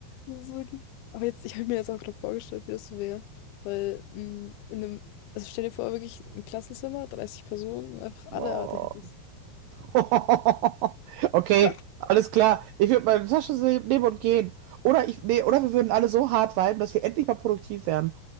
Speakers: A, on the left; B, on the right.
A: Das ist wirklich... Aber jetzt, ich habe mir jetzt auch gerade vorgestellt, wie das so wäre. Weil mh, in einem, also stell dir vor, wirklich ein Klassenzimmer, 30 Personen, einfach
B: Boah.
A: alle ADHS.
B: <laughs> Okay,
A: <laughs>
B: alles klar. Ich würde meine Tasche nehmen und gehen. Oder ich, nee, oder wir würden alle so hart viben, dass wir endlich mal produktiv werden.